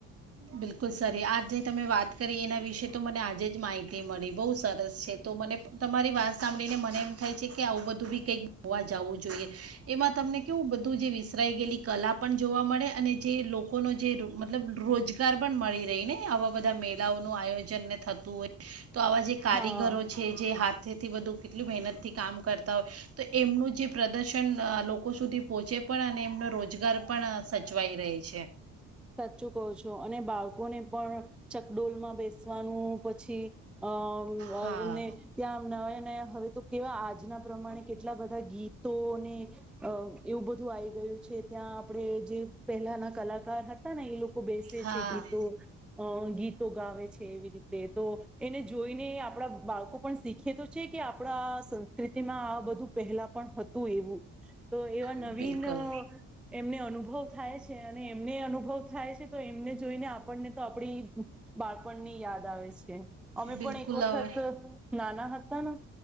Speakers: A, on the right; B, in the centre.
A: બિલકુલ સારી આજ જે તમે વાત કરી એના વિશે વિશે તો મને આજે જ માહિતી મળી. બહુ સરસ છે તો મને તમારી વાત સાંભળીને મને એમ થાય છે કે આવું બધું બી કંઈક હોવા જવું જોઈએ એમાં તમને કેવું બધું જે વિસરાઈ ગયેલી કલા પણ જોવા મળે અને જે લોકોનો જે મતલબ રોજગાર પણ મળી રહી ને આવા બધા મેળઓનું આયોજન ને થતું હોય. તો આવા જે કારીગરો
B: હા
A: છે જે હાથેથી બધું કેટલું મહેનતથી કામ કરતા હોય તો એમનું જે પ્રદર્શન લોકો લોકો સુધી પહોંચે પણ અને એમનો રોજગ ઘર પણ સચવાઈ રહે છે.
B: સાચું કો છો અને બાળકોને પણ ચકડોલમાં બેસવાનું પછી અ
A: હા
B: અ એમને ત્યાં નયા-નયા હવે નુ કેવા આજ ના પ્રમાણે કેટલા બધા ગીતોને અ એવું બધું આવી ગયું છે ત્યાં આપણે જે પહેલાના કલાકાર હતા. હતા ને એ લોકો બેસે
A: હા
B: છે ગીતો અ ગીતો આવેે છે એવી રીત તે તો એને જોઈને આપણા બાળકો પણ શીખે તો છે કે આપણા સંસ્કૃતિમાં આ બધું પહેલા પણ હતું એવું, તો એવા નવીન
A: બિલકુલ
B: અહ એમને અનુભવ થાય છ અને એમને અનુભવ થાય છે તો એમને જોઈને આપણને તો આપડી બાળપણની યાદ આવે છે. છે. અમે
A: બિલકુલ
B: પણ એક વખત
A: હવે
B: નાના હતાન